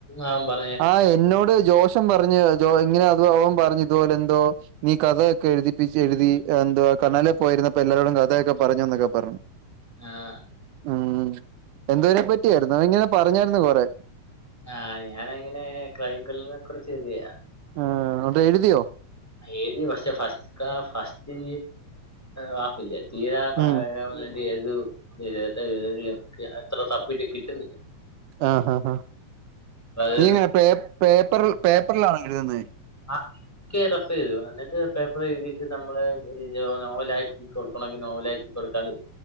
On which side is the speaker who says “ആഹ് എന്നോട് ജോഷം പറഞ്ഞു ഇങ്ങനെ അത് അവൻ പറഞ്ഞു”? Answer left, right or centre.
Right